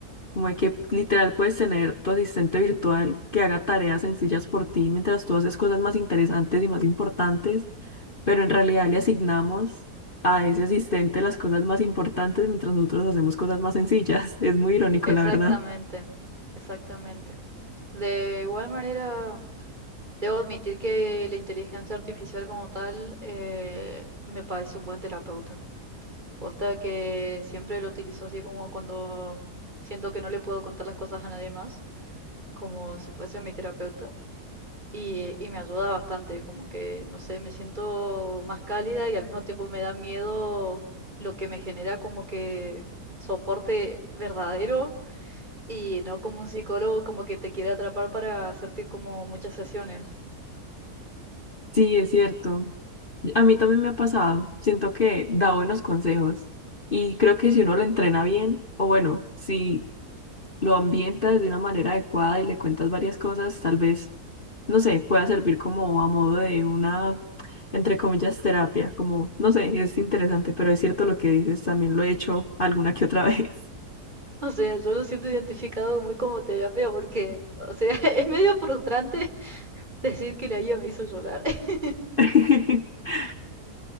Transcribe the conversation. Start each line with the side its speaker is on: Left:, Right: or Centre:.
Left: Como de que literal puedes tener tu asistente virtual que haga tareas sencillas por ti mientras tú haces cosas más interesantes y más importantes, pero en realidad le asignamos a ese asistente las cosas más importantes mientras nosotros hacemos cosas más sencillas. <laughs> Es muy irónico,
Right: Exactamente,
Left: la verdad.
Right: exactamente. De igual manera, Debo admitir que la inteligencia artificial como tal eh, me parece un buen terapeuta. Posta que siempre lo utilizo así como cuando siento que no le puedo contar las cosas a nadie más, como si fuese mi terapeuta. Y, y me ayuda bastante, como que, no sé, me siento más cálida y al mismo tiempo me da miedo lo que me genera como que soporte verdadero y no como un psicólogo como que te quiere atrapar para hacerte como muchas sesiones.
Left: Sí, es cierto. A mí también me ha pasado. Siento que da buenos consejos y creo que si uno lo entrena bien, o bueno, si lo ambientas de una manera adecuada y le cuentas varias cosas, tal vez, no sé, pueda servir como a modo de una, entre comillas, terapia. Como, no sé, es interesante, pero es cierto lo que dices, también lo he hecho alguna que otra vez.
Right: O sea, yo lo siento identificado muy como terapia porque, o sea, <laughs> es medio frustrante <laughs> decir que la guía me hizo llorar. <laughs>
Left: <laughs>